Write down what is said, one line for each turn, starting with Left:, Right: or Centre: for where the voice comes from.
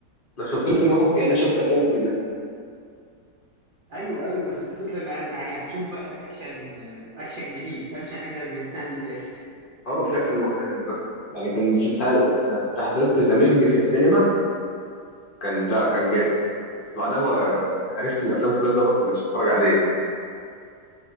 Left: لو شفت له فيلم واحد كأنك شفت افلامه كلها
Right: ايوه ايوه بس الفكره ان ه- يعني هتشوف بقى اكشن اكشن جديد اكشن اجدد من السنه اللي فاتت
Left: اه بشكل مختلف بس يعني كان في ساعة انا كنت حضرت زمج في السينما كان لا كان جامد بس بعدها ما يعني عرفت إن الافلام كلها زي بعض فمبقتش اتفرج عليه يعني